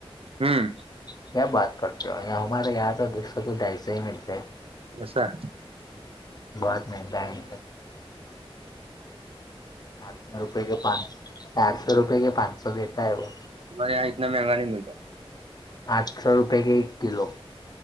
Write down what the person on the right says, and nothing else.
હમ
બશ
અમારે યહા ઈતના મંંગાહીં મળતા